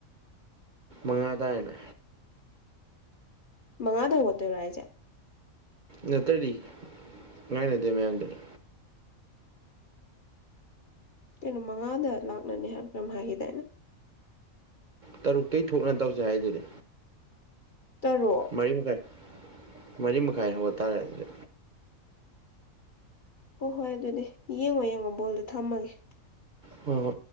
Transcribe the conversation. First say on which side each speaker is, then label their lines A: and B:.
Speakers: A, on the right; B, on the left.
A: ꯃꯉꯥꯗꯥꯥꯏꯅ
B: ꯃꯉꯥꯗꯧꯕ ꯇ ꯔ ꯍꯥꯏꯖꯦ
A: ꯅꯠꯇ꯭ꯔꯗꯤ ꯉꯥꯏꯅꯗꯦ ꯃꯌꯥꯝꯗꯨꯗꯤ
B: ꯀꯩꯅꯣ ꯃꯉꯥꯗ ꯂꯥꯛꯅꯅꯤ ꯍꯥꯏꯕ꯭ꯔꯥ ꯀꯩꯅꯣꯝ ꯍꯥꯏꯈꯤꯗꯥꯏꯅꯦ
A: ꯇꯔꯨꯇꯩꯒꯤ ꯊꯣꯛꯅ ꯇꯧꯁꯦ ꯍꯥꯏꯗꯨꯗꯤ
B: ꯇꯔꯨꯛ
A: ꯃꯔꯤ ꯃꯈꯥꯏ ꯃꯔꯤ ꯃꯈꯥꯏ ꯍꯧꯕꯇꯥꯥꯔꯦ ꯑꯗꯨꯗꯤ
B: ꯍꯣꯏ ꯍꯣꯏ ꯑꯗꯨꯗꯤ ꯌꯦꯡꯉꯣ ꯌꯦꯡꯉꯣ ꯕꯣꯜꯗꯣ ꯊꯝꯃꯒꯦ
A: ꯍꯣꯏ ꯍꯣꯏ